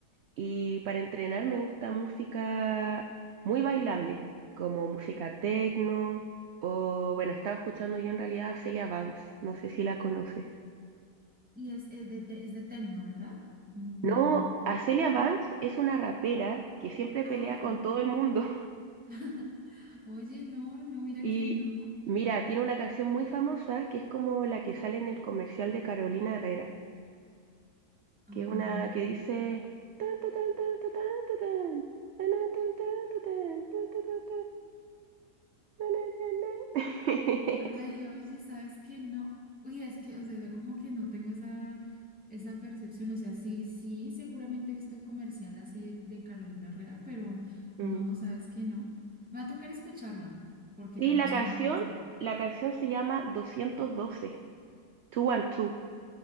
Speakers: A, on the right; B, in the centre.
A: Y para entrenar me gusta música muy bailable, como música techno o, bueno, estaba escuchando yo en realidad a Celia Banks, no sé si la conoces.
B: Y es, es de, de- es de tecno, ¿verdad? Mm,
A: No, a Celia Banks es una rapera que siempre
B: ah,
A: pelea con todo el mundo.
B: <laughs> oye, no, no, mira
A: Y
B: que no.
A: mira, tiene una canción muy famosa que es como la que sale en el comercial de Carolina Herrera,
B: Ah,
A: que es una que dice... "Tan, tan, tan, tan, tan, tan, tan, tan, tan, tan, tan, tan, tan, tan, tan, tan, tan, tan, tan, tan, tan". <laughs>
B: Ay, oye, ¿sabes qué? No, uy, es que, o sea, yo como que no tengo esa, esa percepción, o sea, sí, sí, seguramente he visto el comercial así de, de Carolina Herrera, pero no,
A: Mm.
B: ¿sabes qué? No. Me va a tocar escucharla, porque
A: Sí,
B: también
A: la
B: suena
A: canción,
B: interesante.
A: la canción se llama 212, 212.